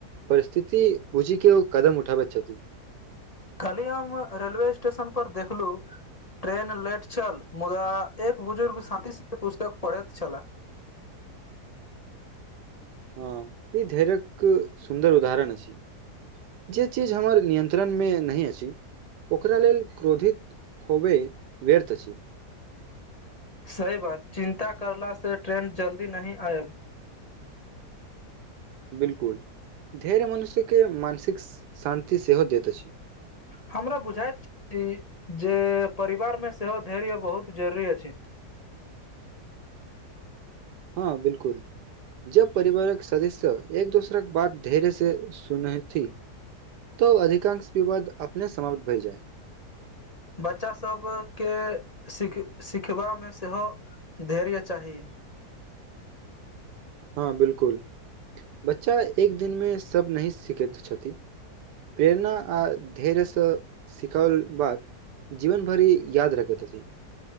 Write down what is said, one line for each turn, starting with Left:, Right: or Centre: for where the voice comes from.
Right: परिस्थिति बुझि के ई कदम उठाबैत छथि
Left: कल्हि हम रेलवे स्टेशन पर देखलू ट्रेन लेट छल मुदा एक बुजुर्ग साथी से पुस्तक पढ़ैत छले
Right: हँ ई धैर्यक सुन्दर उदाहरण अछि जे चीज हमर नियन्त्रणमे नहि अछि ओकरा लेल क्रोधित होबे व्यर्थ अछि
Left: सही बात चिन्ता करला से ट्रेन जल्दी नहि आयत
Right: बिलकुल धैर्य मनुष्यके मानसिक शान्ति सेहो दैत अछि
Left: हमरा बुझायइत जे परिवार मे सेहो धैर्य बहुत जरूरी अछि
Right: हँ बिल्कुल जब परिवारक सदस्य एक दोसरा के बात धैर्य से सुनथि तो अधिकांश विवाद अपने समाप्त भय जाए
Left: बच्चा सभके सिख सिखबामे सेहो धैर्य चाही
Right: हँ बिलकुल बच्चा एक दिनमे सब नही सिखैत छथि प्रेरणा आओ धैर्यसँ सिखाओल बाद जीवन भरि याद रखैतथि